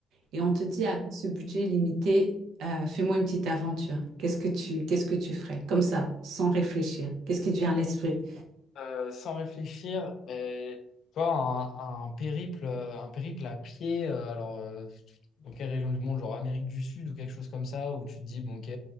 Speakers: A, on the right (about 80°); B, on the left (about 70°).
A: Et on te dit, avec ce budget limité, euh, fais-moi une petite aventure. Qu'est-ce que tu, qu'est-ce que tu ferais? Comme ça, sans réfléchir. Qu'est-ce qui te vient à l'esprit?
B: Euh, sans réfléchir, et, toi, un, un périple, euh, un périple à pied, euh, alors euh, dans quelle région du monde, genre Amérique du Sud ou quelque chose comme ça, où tu te dis, bon, ok,